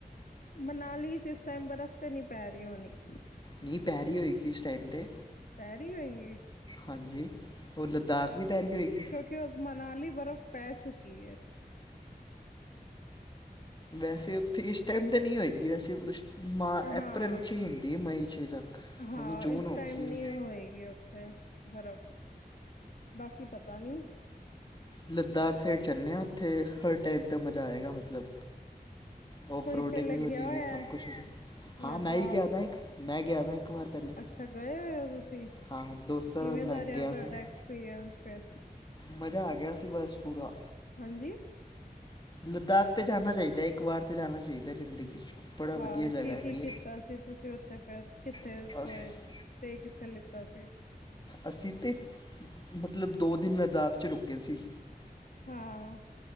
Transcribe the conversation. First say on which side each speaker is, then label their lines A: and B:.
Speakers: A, on the left (about 60°); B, on the left (about 25°).
A: ਮਨਾਲੀ ਚ ਏਸ ਟਾਈਮ ਬਰਫ਼ ਤੇ ਨਈਂ ਪੈ ਰੀ ਹੋਣੀ।
B: ਨੀ ਪੈ ਰੀ ਹੋਏਗੀ ਇਸ ਟਾਈਮ 'ਤੇ।
A: ਪੈ ਰੀ ਹੋਏਗੀ?
B: ਹੰਜੀ, ਓਰ ਲਦਾਖ ਵੀ ਪੈਰੀ ਹੋਏਗੀ।
A: ਕਿਓ ਮਨਾਲੀ ਬਰਫ਼ ਪੈ ਚੁੱਕੀ ਏ।
B: ਵੈਸੇ ਉੱਥੇ ਇਸ ਟਾਈਮ ਤਾਂ ਨੀਂ ਹੋਏਗੀ ਵੈਸੇ ਉਸ ਮਾ ਅਪ੍ਰੈਲ
A: ਹਾਂ
B: 'ਚ ਈ ਹੁੰਦੀ ਏ ਮਈ 'ਚ ਤੱਕ।
A: ਹਾਂ,
B: ਹੁਣ ਜੂਨ
A: ਇਸ
B: ਹੋ
A: ਟਾਈਮ
B: ਗਈ
A: ਨਈਂ
B: ਹੈ
A: ਹੋਏਗੀ ਓਥੇ ਬਰਫ਼, ਬਾਕੀ ਪਤਾ ਨੀ।
B: ਲਦਾਕ ਸਾਈਡ ਚਲਨੇ ਆਂ ਓਥੇ ਹਰ ਟਾਈਪ ਦਾ ਮਜ਼ਾ ਆਏਗਾ ਮਤਲਬ ਓ
A: ਕੋਈ
B: ਫਰੋਡਿੰਗ
A: ਪਹਿਲੇ
B: ਵੀ ਹੋ
A: ਗਿਆ
B: ਜੇਗੀ,
A: ਹੋਇਆ
B: ਸਬ ਕੁਛ ਹੋ ਜੇ। ਹਾਂ
A: ਲਦਾਖ
B: ਮੈਂ ਹੀ ਗਿਆ ਦਾਂ ਇੱਕ ਵਾਰ ਮੈਂ ਗਿਆ ਤਾਂ ਇੱਕ ਵਾਰ। ਪਹਿਲੇ
A: ਅੱਛਾ, ਗਏ ਹੋਏ ਓ ਤੁਸੀਂ?
B: ਹਾਂ ਦੋਸਤਾਂ
A: ਕਿਵੇਂ
B: ਨਾਲ ਬਣਾ
A: ਦਾ
B: ਕੇ
A: ਰੇਯਾ
B: ਗਿਆ
A: ਤੁਆਡਾ
B: ਸੀ ਮੈਂ।
A: ਐਕਸਪੀਰੀਅੰਸ ਫੇਰ?
B: ਮਜ਼ਾ ਆ ਗਿਆ ਸੀ ਬਸ ਪੂਰਾ।
A: ਹਾਂਜੀ
B: ਲਦਾਖ ਤੇ ਜਾਣਾ ਚਾਹੀਦਾ ਹੈ, ਇੱਕ ਵਾਰ ਤੇ ਜਾਣਾ ਚਾਹੀਦਾ ਜ਼ਿੰਦਗੀ'। ਬੜਾ
A: ਹਾਂ,
B: ਵਧੀਆ ਜਗ੍ਹਾ
A: ਕੀ
B: ਹੈਗੀ
A: -ਕੀ ਕੀਤਾ ਸੀ ਤੁਸੀਂ ਉੱਥੇ ਫੇਰ ਕਿੱਥੇ
B: ਹੈ
A: ਸੋਏ।
B: ਅਸ
A: ਸਟੇ ਕਿੱਥੇ ਲਿੱਤਾ ਸੀ।
B: ਅਸੀਂ ਤੇ, ਮਤਲਬ ਦੋ ਦਿਨ ਲਦਾਖ 'ਚ ਰੁਕੇ ਸੀ।
A: ਹਾਂ